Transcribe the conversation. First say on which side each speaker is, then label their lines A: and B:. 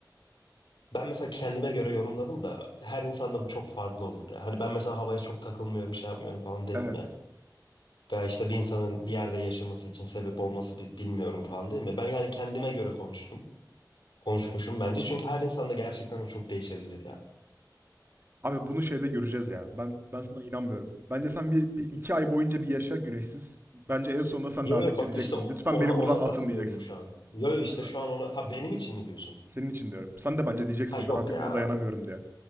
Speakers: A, on the left (about 85°); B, on the right (about 30°).
A: Ben mesela kendime göre yorumladım da her insanda bu çok farklı olur ya. Hani ben mesela havaya çok takılmıyorum, şey yapmıyorum falan dedim
B: evet.
A: ya. Veya işte bir insanın bir yerde yaşaması için sebep olması bi- bilmiyorum falan dedim ya. Ben yani kendime göre konuştum. Konuşmuşum bence. Çünkü her insanda gerçekten o çok değişebilir ya.
B: Abi bunu şeyde göreceğiz ya. Ben ben sana inanmıyorum. Bence sen bir, bir iki ay boyunca bir yaşa güneşsiz. Bence en sonunda sen
A: Yo
B: de artık
A: yo
B: şey
A: bak
B: diyeceksin.
A: işte o-
B: Lütfen
A: ona,
B: beni
A: ona
B: buradan atın
A: katılıyorum
B: diyeceksin.
A: şu an. Yo yo işte
B: Değil
A: şu
B: mi?
A: an ona... Ha benim için mi diyorsun?
B: Senin için diyorum. Sen de bence diyeceksin
A: Ha yok
B: ben artık
A: ya.
B: buna dayanamıyorum diye.